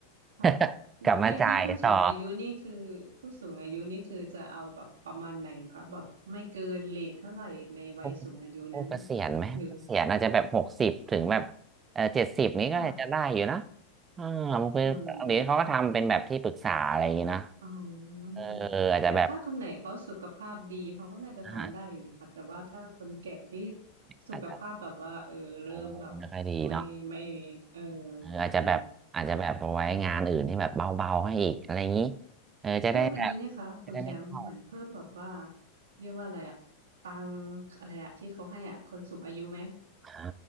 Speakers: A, on the right; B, on the right.
A: ค่ะ
B: <laughs>
A: แล้วไอ้ที่ผู้สูงอายุนี่คือผู้สูงอายุนี่คือจะเอาแบบประมาณไหนคะแบบไม่เกินเรทเท่าไหร่ในวัยสูงอายุนั้น
B: กลับมาจ่ายต่อ ผู้ผู้เกษียณไหมเกษียณอาจจะแบบหกสิบถึงแบบ
A: หรือ
B: เออเจ็ดสิบนี้ก็อาจจะได้อยู่นะ
A: ค่ะ
B: อ่ามันคือบหรือเขาก็ทำเป็นแบบที่ปรึกษาอะไรอย่างนี้นะ
A: อืมค่ะอ๋อ
B: เอออาจจะแบบ
A: แต่ถ้าคนไหนเขาสุขภาพดีเขาก็น่าจะทำได้อยู่นะคะแต่ว่าถ้าคนแก่ที่
B: อ่า
A: สุขภาพแบบว่าเออเริ่มแบบ
B: อาจจะเออไม่ค่อยดีเนาะ
A: ไม่ไม่เออ
B: เอออาจจะแบบอาจจะแบบเอาไว้งานอื่นที่แบบเบาๆให้อีกอะไรอย่างนี้
A: อย่างเงี้ยค่ะ
B: เออจะได้แบบ
A: เพิ่มอันนี้ไหมคะคุณแชมป์เหมือนเพิ่มแบบว่า
B: จะได้ไม่เข้า
A: เรียกว่าอะไรอะตังค์อะไรอะที่เขาให้อะคนสูงอายุไหม
B: อ่า